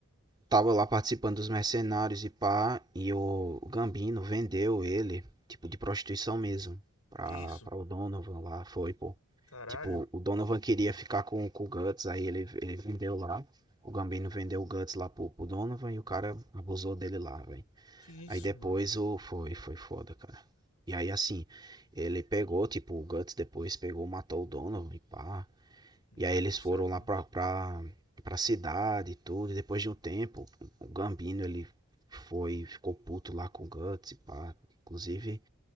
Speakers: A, on the right; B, on the left.
A: tava lá participando dos mercenários e pá, e o Gambino vendeu ele, tipo, de prostituição mesmo, pra,
B: Que isso?
A: pra o Donovan lá, foi, pô.
B: Caralho.
A: Tipo, o Donovan queria ficar com, com o Guts, aí ele, ele vendeu lá, o Gambino vendeu o Guts lá pro, pro Donovan e o cara abusou dele lá, velho.
B: Que isso,
A: Aí depois
B: mano?
A: o... foi, foi foda, cara. E aí assim, ele pegou, tipo, o Guts depois pegou, matou o Donovan e pá.
B: Mais
A: E aí eles
B: do que certo,
A: foram lá
B: né?
A: pra, pra, pra cidade e tudo. E depois de um tempo, o Gambino ele foi, ficou puto lá com o Guts e pá. Inclusive,